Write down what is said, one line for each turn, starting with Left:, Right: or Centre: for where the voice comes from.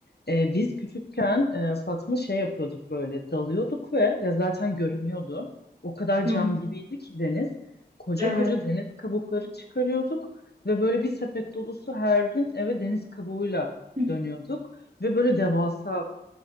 Left: Ee, biz küçükken e, Fatma şey yapıyorduk böyle dalıyorduk ve ya zaten görünüyordu. O kadar
Right: Hı
Left: cam
Right: hı. Hı hı.
Left: gibiydi ki deniz. Koca
Right: Evet.
Left: koca deniz kabukları çıkarıyorduk ve böyle bir sepet dolusu her gün eve deniz kabuğuyla
Right: Hı hı.
Left: dönüyorduk. Ve böyle devasa